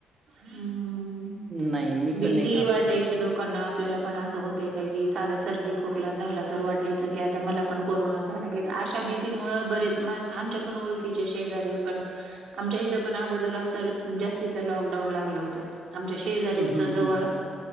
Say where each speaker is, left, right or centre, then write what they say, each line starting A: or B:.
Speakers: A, on the right (about 65°); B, on the right (about 35°).
A: ह्
B: नाही, मी
A: भीती
B: पण नाही घाबरत.
A: वाटहीचोकणा आपल्याला पण असं होत आहे काय की साधा सर्दी खोकला झाला तर वाटायचं की आ. आता मला पण कोरोना झाला की अशा भीतीमुळ बरेच आमच्या पण ओळखीचे शेजारी पण आमच्या इथ पण अगोदर अस जास्तीच लॉकडाऊन लागलं होतं आमच्या शेजारीच
B: हं, हं,
A: जवळ
B: हं.